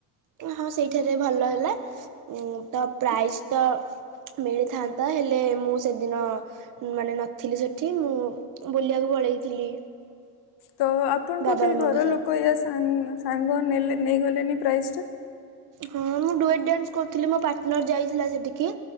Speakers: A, on the right; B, on the left.
A: ହଁ ସେଇଠାରେ ଭଲ ହେଲା। ଉ ତ ପ୍ରାଇଜ ତ ମିଳିଥାନ୍ତା ହେଲେ, ମୁଁ ସେଦିନ ମାନେ ନଥିଲି ସେଠି। ମୁଁ ବୁଲିବାକୁ ପଳେଇଥିଲି।
B: ତ ଆପଣଙ୍କ
A: ବାବା
B: କେହି
A: ମାମାଙ୍କ
B: ଘର
A: ସହ
B: ଲୋକ ୟା ସାଙ୍ଗ ସାଙ୍ଗ ନେଲେ ନେଇଗଲେନି ପ୍ରାଇଜଟା।
A: ହଁ ମୁଁ ଡୁଏଟ ଡ୍ୟାନ୍ସ କରୁଥିଲି, ମୋ ପାର୍ଟନର୍ ଯାଇଥିଲା ସେଠିକି।